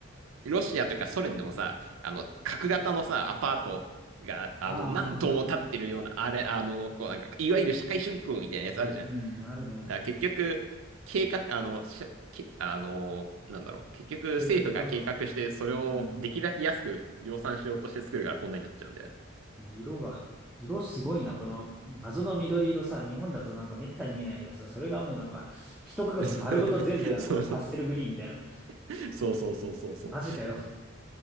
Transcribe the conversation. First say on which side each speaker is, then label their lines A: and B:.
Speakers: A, on the right; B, in the centre.
A: ロシアというかソ連でもさ、あの、角型のさ、アパートが、あの、
B: ああ、
A: 何棟も建ってるような、あれ、あの、こうなんか、いわゆる社会主義国みたいなやつあるじゃん。
B: うん、
A: だか
B: あるね。
A: ら結局、計画、あの、しゃけあの、なんだろう。結局、
B: け景観か。
A: 政府が計画して、それをできるだけ安く量産しようとして作るからこんなになっちゃうんだよね。
B: うん。色が、色すごいな。この謎の緑色さ、日本だとなんかめったに見ないけどさ、それがもうなんか、一区画丸ごと全部なんかこのパステルグリーンみたいな。
A: <laughs> そうそう。<laughs> そうそうそうそうそ
B: マジかよ。